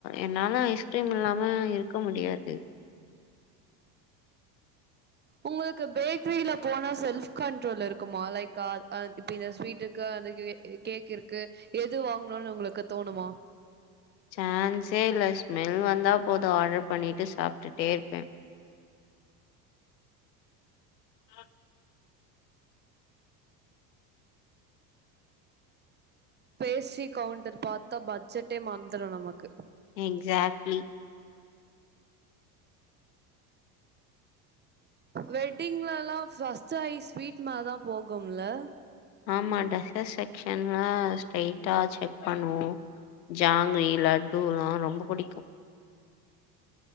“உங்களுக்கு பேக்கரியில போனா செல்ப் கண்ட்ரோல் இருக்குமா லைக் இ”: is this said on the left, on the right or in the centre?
Right